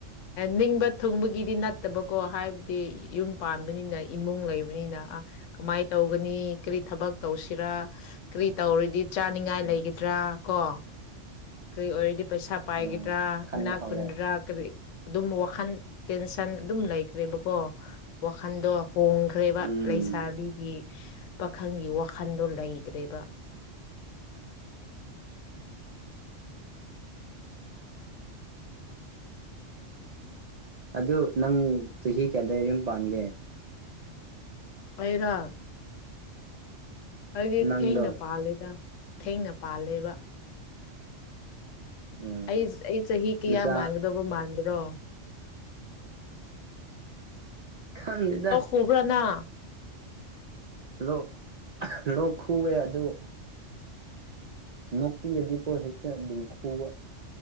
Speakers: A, on the left (about 85°); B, on the right (about 65°).
A: ꯅꯤꯡꯕ ꯊꯨꯡꯕꯒꯤꯗꯤ ꯅꯠꯇꯕꯀꯣ ꯍꯥꯏꯕꯗꯤ ꯌꯨꯝ ꯄꯥꯟꯕꯅꯤꯅ ꯏꯃꯨꯡ ꯂꯩꯕꯅꯤꯅ ꯑ ꯀꯃꯥꯏꯅ ꯇꯧꯒꯅꯤ ꯀꯔꯤ ꯊꯕꯛ ꯇꯧꯁꯤꯔ ꯀꯔꯤ ꯇꯧꯔꯗꯤ ꯆꯥꯅꯤꯡꯉꯥꯏ ꯂꯩꯒꯗ꯭ꯔꯥ ꯀꯣ ꯀꯔꯤ ꯑꯣꯏꯔꯗꯤ ꯄꯩꯁꯥ ꯄꯥꯏꯒꯗ꯭ꯔꯥ
B: ꯎꯝ ꯈꯟꯕ
A: ꯏꯅꯥ
B: ꯍꯧꯔꯦ
A: ꯈꯨꯟꯗ꯭ꯔꯥ ꯀꯔꯤ ꯑꯗꯨꯝ ꯋꯥꯈꯟ ꯇꯦꯟꯁꯟ ꯑꯗꯨꯝ ꯂꯩꯈ꯭ꯔꯦꯕꯀꯣ ꯋꯥꯈꯟꯗꯣ ꯍꯣꯡꯈ꯭ꯔꯦꯕ
B: ꯎꯝ
A: ꯂꯩꯁꯥꯕꯤꯒꯤ ꯄꯥꯈꯪꯒꯤ ꯋꯥꯈꯟꯗꯣ ꯂꯩꯇ꯭ꯔꯦꯕ
B: ꯑꯗꯨ ꯅꯪ ꯆꯍꯤ ꯀꯌꯥꯗ ꯌꯨꯝ ꯄꯥꯟꯒꯦ
A: ꯑꯩꯔꯣ ꯑꯩꯗꯤ
B: ꯅꯪꯗꯣ
A: ꯊꯦꯡꯅ ꯄꯥꯜꯂꯤꯗ ꯊꯦꯡꯅ ꯄꯥꯜꯂꯦꯕ
B: ꯎꯝ
A: ꯑꯩ ꯑꯩ ꯆꯍꯤ ꯀꯌꯥ
B: ꯅꯆꯥ
A: ꯃꯥꯟꯒꯗꯧꯕ ꯃꯥꯟꯕꯔꯣ
B: ꯈꯪꯗꯦꯗ
A: <unintelligible>
B: ꯍꯥꯜꯂꯣ ꯂꯣꯛ ꯈꯨꯑꯦ ꯑꯗꯣ ꯅꯣꯛꯄꯤꯔꯗꯤꯀꯣ ꯍꯦꯛꯇ ꯑꯗꯨꯝ ꯈꯨꯕ